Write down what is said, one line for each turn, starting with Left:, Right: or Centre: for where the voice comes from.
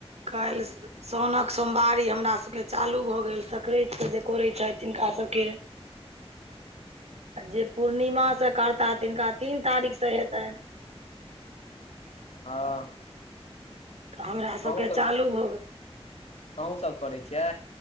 Right: काल्हि शौनक सोमवारी हमरा सबके चालू भऽ गेल सक्रैत सँ जे करै छैथ तिनका सभके। जे पूर्णिमा सँ करता तिनका तीन तारीख से हेतनि।
Left: हँ
Right: तऽ हमरा
Left: अहूँसभ,
Right: सबके चालू भऽ गेल
Left: अहूँ सभ करैय छियै।